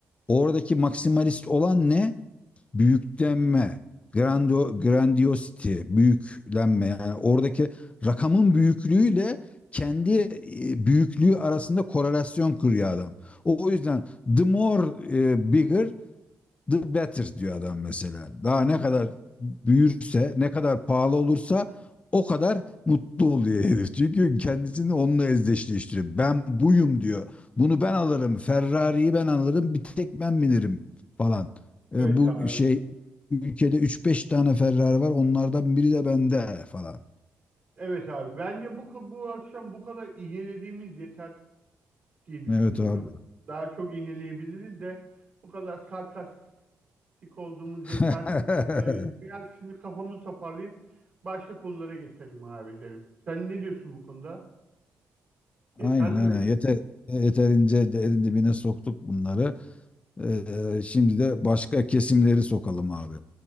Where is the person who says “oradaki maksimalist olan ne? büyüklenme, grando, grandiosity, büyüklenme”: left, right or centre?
Left